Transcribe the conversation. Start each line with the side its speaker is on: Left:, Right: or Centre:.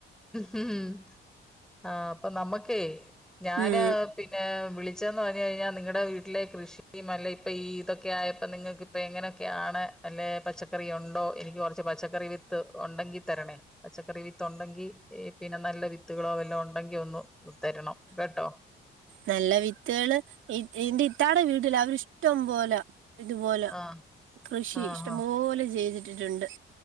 Centre: ഉം ആ അപ്പൊ നമ്മക്കേ ഞാന്
Right: ഉം
Centre: പിന്നെ വിളിച്ചെന്ന് പറഞ്ഞഞ് കഴിഞ്ഞാൽ നിങ്ങളുടെ വീട്ടിലെ കൃഷിയും അല്ല ഇപ്പൊ ഈ ഇതൊക്കെ ആയപ്പോ നിങ്ങൾക്ക് ഇപ്പ എങ്ങനെയൊക്കെയാണ് അല്ല പച്ച പച്ചക്കറി ഉണ്ടോ എനിക്ക് കൊറച്ച് പച്ചക്കറി വിത്ത് ഉണ്ടെങ്കി തരണേ പച്ചക്കറി വിത്ത് ഉണ്ടെങ്കി ഈ പിന്നെ നല്ല വിത്തുകളോ വല്ലോ ഉണ്ടെങ്കി ഒന്ന് തരണം കേട്ടോ
Right: നല്ല വിത്തുകള് ഇന്റെ ഇത്താടെ വീടില്ല അവരി ഇഷ്ടം പോല ഇതുപോലെ
Centre: ആഹ്
Right: കൃഷി
Centre: ആഹ്
Right: ഇഷ്ടംപോലെ
Centre: ആഹ്
Right: ചെയ്തിട്ടിട്ടുണ്ട്